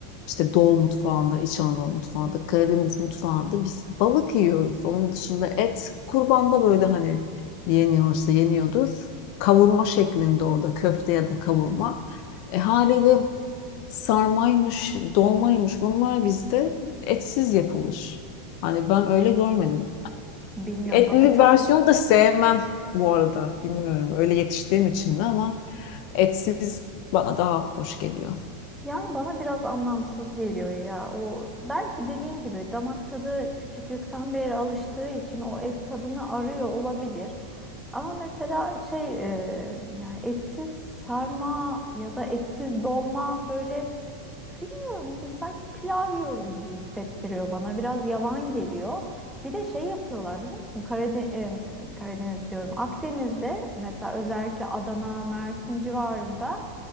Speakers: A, on the left (about 60°); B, in the centre.
A: İşte Doğu mutfağında, İç Anadolu mutfağında, Karadeniz mutfağında biz balık yiyoruz. Onun dışında et kurbanda böyle hani yeniyorsa yeniyordur. Kavurma şeklinde orada köfte ya da kavurma. E, haliyle sarmaymış, dolmaymış bunlar bizde etsiz yapılır. Hani ben öyle görmedim.
B: Bilmiyorum
A: Etli
B: bana çok
A: versiyonu da sevmem bu arada. Bilmiyorum öyle yetiştiğim için mi ama etsiz bana daha hoş geliyor.
B: yani bana biraz anlamsız geliyor ya. O belki dediğin gibi damak tadı küçüklükten beri alıştığı için o et tadını arıyor olabilir. Ama mesela şey e, yani etsiz sarma ya da etsiz dolma böyle Bilmiyorum bir sanki pilav yiyorum gibi hissettiriyor bana. Biraz yavan geliyor. Bir de şey yapıyorlar biliyor musun? Karade- e, Karadeniz diyorum. Akdeniz'de mesela özellikle Adana, Mersin civarında